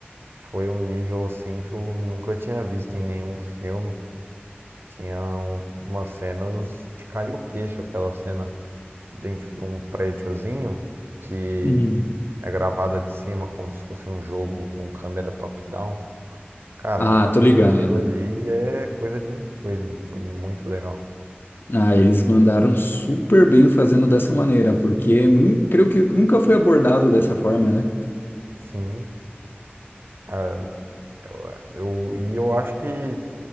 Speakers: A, on the right; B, on the left.
A: foi um nível assim que eu nunca tinha visto em nenhum filme. Tinha um- umas cenas de cair o queixo, aquela cena dentro de um prédiozinho que
B: Hum.
A: é gravada de cima como se fosse um jogo com câmera top-down. Cara,
B: Ah, tô ligado.
A: aquilo ali é coisa de doido, muito legal.
B: Ah, eles mandaram super bem fazendo dessa maneira, porque nun- creio que nunca foi abordado dessa forma, né?
A: Sim, cara, eu, e eu acho que